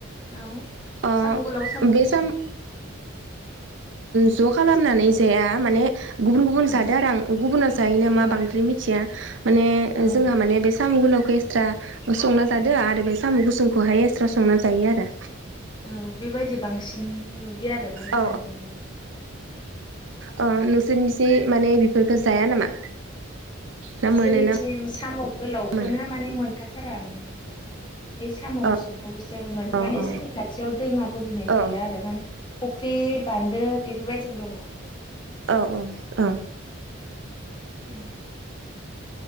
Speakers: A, on the left (about 25°); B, on the right (about 65°).
A: औ
B: ओ
A: साम' गोलाव
B: बे
A: गुसुं
B: साम ज' खालामनानै जाया माने गुबुन गुबुन
A: अ
B: जादों आरो आं गुबुना जायो नामा
A: ओं
B: बांद्राय मिथिया माने
A: औ
B: जोंहा माने बे साम' गोलाव एक्सट्रा संना जादो आरो बे साम' गुसुंखौहाय एक्सट्रा संना जायो आरो
A: औ बेबायदि बांसिन नुयो आरो माने
B: औ
A: जानाय नुयो
B: अ नोंसोरनिसि माने बेफोरखौ जाया नामा? ना मोनो
A: जोंनिथिं
B: ना
A: साम' गोलावखौनो
B: मोना
A: माने मोनखाथारा आरो ना बे साम'
B: औ
A: गुसुं खौ
B: औ
A: माने
B: औ
A: जोंनि खाथियाव दैमा बोहैनाय
B: औ
A: गैया आरो माने फुख्रि बान्दो बेफोरबायदिल' दङ
B: औ औ औ
A: ओम